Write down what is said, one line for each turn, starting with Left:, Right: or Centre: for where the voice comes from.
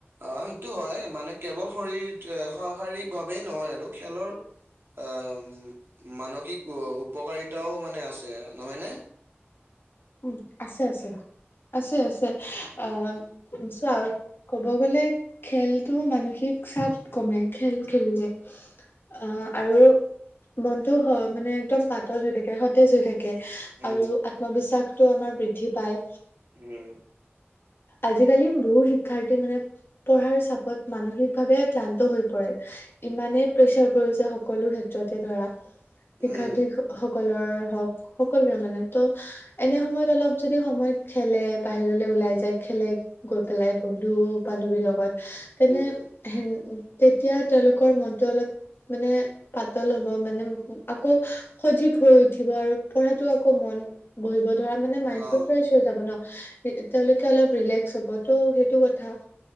Right: আহ সেইটো হয় মানে কেৱল শৰীৰ অ শাৰীৰিক ভাৱেই নহয় আৰু খেলৰ অহ মানসিক উ উপকাৰিতাও মানে আছে নহয়নে
Left: উম আছে আছে আছে
Right: উম
Left: আছে
Right: উম
Left: আহ চা ক'ব গলে খেলতো মানসিক চাপ কমে খেল খেলিলে আহ আৰু মনটো অহ মানে একদম পাতল হৈ থাকে সতেজ হৈ থাকে
Right: উম
Left: আৰু আত্মবিশ্বাস টো আমাৰ বৃদ্ধি পায়
Right: উম
Left: আজিকালি বহু শিক্ষাৰ্থী মানে পঢ়াৰ চাপত মানসিকভাৱে ক্লান্ত হৈ পৰে ইমানেই প্ৰেচাৰ পৰিছে সকলো ক্ষেত্ৰতে ধৰা শিক্ষাৰ্থী
Right: উম উম
Left: সকলৰ হওক সকলোৰে মানে ত এনে সময়ত অলপ যদি সময়ত খেলে বাহিৰলে ওলাই যায় খেলে গৈ পেলাই বন্ধু বান্ধৱীৰ লগত তেনে
Right: উম
Left: হে তেতিয়া তেওঁলোকৰ মনটো অলপ মানে পাতল হব মানে আকৌ সজীৱ হৈ উঠিব আৰু পঢ়াটো আকৌ মন বহিব ধৰা মানে মাইনটো
Right: অ অ
Left: ফ্ৰেচ হৈ যাব নহ তেওঁলোকে অলপ ৰিলেক্স হব তহ' সেইটো কথা